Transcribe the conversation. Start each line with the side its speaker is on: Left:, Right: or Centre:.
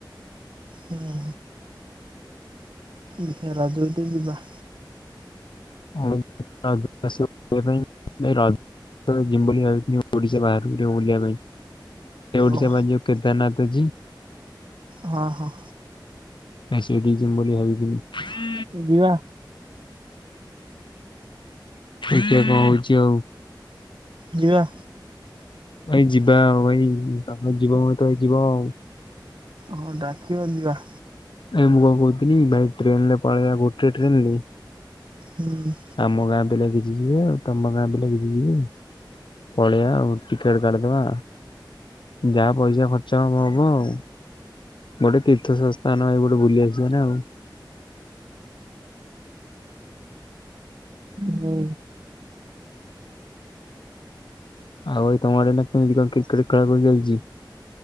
Right: ହଁ ଦେଖିବା ରଜ କୁ ଟିକେ ଯିବା।
Left: <unintelligible> ୁ <unintelligible> ଓଡିଶା ବାହାରକୁ ବୁଲିବା ପାଇଁ ଓଡିଶା
Right: ଓ
Left: ବା ଯଉ କେଦାରନାଥଛି
Right: ହଁ ହଁ।
Left: ହଁ ସେଠିକି ଯିବୁ ବୋଲି ଭାବି ଥିଲୁ।
Right: ଯିବା।
Left: <unintelligible> କଣ ହଉଛି ଆଉ।
Right: ଯିବା।
Left: ଭାଇ ଯିବା ଆଉ ଭାଇ ତମେ ଯିବ ମ ତ ଭାଇ ଯିବ ଆଉ।
Right: ହଁ ଡାକିବ ଯିବା।
Left: ଏ ମୁଁ କଣ କହୁଥିଲି ଭାଇ ଟ୍ରେନ ରେ ପଳେଇବା ଗୋଟେ ଟ୍ରେନରେ
Right: ହୁଁ।
Left: ଆମ ଗାଁ ପିଲା କିଛି ଯିବେ ଆଉ ତମ ଗାଁ ପିଲା କିଛି ଯିବେ ପଳେଇଆ ଆ ଟିକେଟ କରିଦବା। ଯାହା ପଇସା ଖର୍ଚ୍ଚ ହବ ଆଉ ଗୋଟେ ତୀର୍ଥ ତା ନ ଭାଇ ଗୋଟେ ବୁଲି ଆସିବା ନା ଆଉ।
Right: ହଉ।
Left: ଆଉ ଭାଇ ତମ ଆଡେ କେମତି କଣ କ୍ରିକେଟ ଖେଳ ଚାଲିଛି?